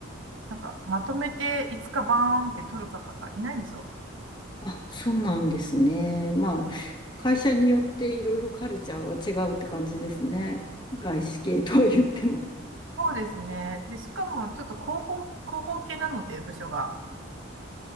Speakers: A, on the right; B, on the left.
A: なんかまとめていつかバーンって取る方がいないんですよ。
B: あ、そうなんですね。まあ、
A: うん
B: 会社によっていろいろカルチャーは違うって感じですね。外資系とは言っても。
A: そうですね。で、しかもちょっと広報、広報系なので、部署が。